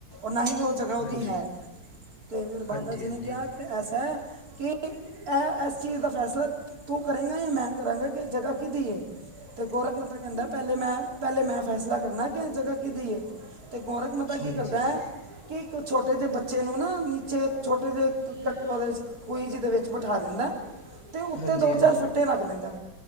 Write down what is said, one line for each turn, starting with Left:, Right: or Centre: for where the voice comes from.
Right: ਨਾ ਹੀ ਉਹ ਜਗ੍ਹਾ ਉਹਦੀ
Left: ਹਾਂਜੀ
Right: ਹੈ ਤੇ ਫਿਰ ਬਾਬਾ
Left: ਹਾਂਜੀ
Right: ਜੀ
Left: ਹਾਂਜੀ
Right: ਨੇ ਕਿਹਾ ਕਿ ਐਸਾ ਹੈ ਕਿ ਇਹ ਇਸ ਚੀਜ਼ ਦਾ ਫੈਸਲਾ ਤੂੰ ਕਰੇਗਾ ਜਾਂ ਮੈਂ ਕਰਾਂਗਾ ਕਿ ਜਗ੍ਹਾ ਕਿਹਦੀ ਹੈ। ਤੇ ਗੋਰਖ ਮੱਥ ਕਹਿੰਦਾ ਪਹਿਲੇ ਮੈਂ ਪਹਿਲੇ ਮੈਂ ਫੈਸਲਾ ਕਰਨਾ ਕਿ ਇਹ ਜਗ੍ਹਾ ਕਿਹਦੀ ਹੈ। ਤੇ ਗੋਰਖ ਮਤਾ
Left: ਹਾਂਜੀ
Right: ਕੀ ਕਰਦਾ ਹੈ ਕਿ ਇੱਕ ਛੋਟੇ ਜਿਹੇ ਬੱਚੇ ਨੂੰ ਨਾ ਨੀਚੇ ਛੋਟੇ ਜਿਹੇ ਕੱਟ ਉਹਦੇ ਖੋਈ ਜਿਹਦੇ ਵਿੱਚ ਬਿਠਾ ਦਿੰਦਾ ਤੇ ਉੱਤੇ
Left: ਹਾਂਜੀ
Right: ਦੋ
Left: ਹਾਂਜੀ
Right: ਚਾਰ ਫੱਟੇ ਰੱਖ ਦਿੰਦਾ